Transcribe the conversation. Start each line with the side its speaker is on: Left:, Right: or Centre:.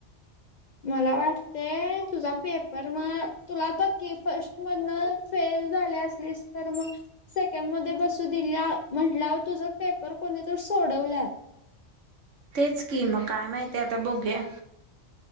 Left: मला वाटतंय, तुझा पेपर म तुला बघ की फर्स्ट मधनं फेल झाले असलीस तर मग सेकंड मध्ये बसू दिल्यावं म्हंटल्यावर तुझा पेपर कोणी तर सोडवल्यात.
Right: तेच की मं काय माहिती आता बघुया.